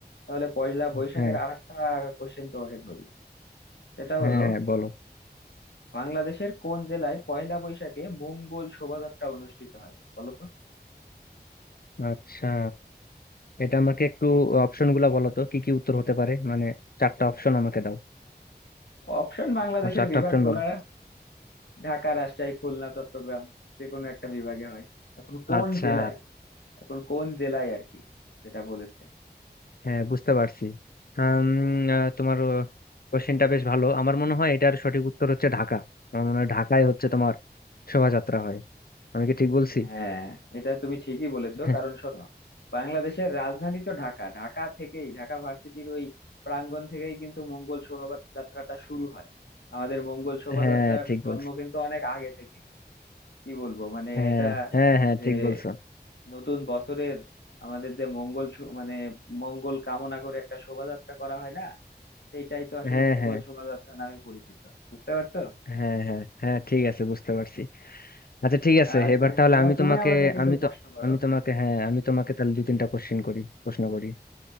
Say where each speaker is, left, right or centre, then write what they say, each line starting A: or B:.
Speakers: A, on the left; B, on the left.
A: তাহলে পয়লা বৈশাখের
B: হ্যাঁ
A: আরেকটা কোশ্চেন তোমাকে ধরি সেটা
B: হ্যাঁ
A: হলো
B: হ্যাঁ বলো
A: বাংলাদেশের কোন জেলায় পয়লা বৈশাখে মঙ্গল শোভাযাত্রা অনুষ্ঠিত হয় বলো তো
B: আচ্ছা এটা আমাকে একটু অপশন গুলা বলো তো কি কি উত্তর হতে পারে মানে চারটা অপশন আমাকে দাও
A: অপশন বাংলাদেশের
B: আর চারটা
A: বিভাগগুলো
B: অপশন বলো
A: ঢাকা রাজশাহী খুলনা চট্টগ্রাম যে কোনো একটা বিভাগে হয় এখন কোন
B: আচ্ছা
A: জেলায় এখন কোন জেলায় আর কি যেটা বলেছে
B: হ্যাঁ বুঝতে পারছি আম, আহ, তোমার কোশ্চেনটা বেশ ভালো আমার মনে হয় এটার সঠিক উত্তর হচ্ছে ঢাকা আমার মনে হয় ঢাকায় হচ্ছে তোমার শোভাযাত্রা হয় আমি কি ঠিক বলছি
A: হ্যাঁ এটা তুমি ঠিকই বলেছো
B: <laughs>
A: কারণ শোনো বাংলাদেশের রাজধানী তো ঢাকা ঢাকা থেকেই ঢাকা ভার্সিটির ওই প্রাঙ্গণ থেকেই কিন্তু মঙ্গল শোভাযাত্রাটা শুরু হয় আমাদের মঙ্গল শোভাযাত্রার
B: হ্যাঁ ঠিক
A: জন্ম
B: বলছো
A: কিন্তু অনেক আগে থেকে কি বলবো মানে
B: হ্যাঁ
A: এটা
B: হ্যাঁ হ্যাঁ
A: যে
B: ঠিক বলছো
A: নতুন বছরের আমাদের যে মঙ্গল শো- মানে মঙ্গল কামনা করে একটা শোভাযাত্রা করা হয় না সেইটাই তো আসলে
B: হ্যাঁ
A: মঙ্গল
B: হ্যাঁ
A: শোভাযাত্রা নামে পরিচিত বুঝতে পারছো
B: হ্যাঁ হ্যাঁ হ্যাঁ ঠিক আছে বুঝতে পারছি আচ্ছা ঠিক আছে
A: আচ্ছা
B: এবার তাহলে
A: এবার
B: আমি
A: তুমি
B: তোমাকে
A: আমাকে কিছু
B: আমি
A: প্রশ্ন
B: তো
A: করো
B: আমি
A: হ্যাঁ
B: তোমাকে হ্যাঁ আমি তোমাকে তাহলে দু তিনটা কোশ্চেন করি প্রশ্ন করি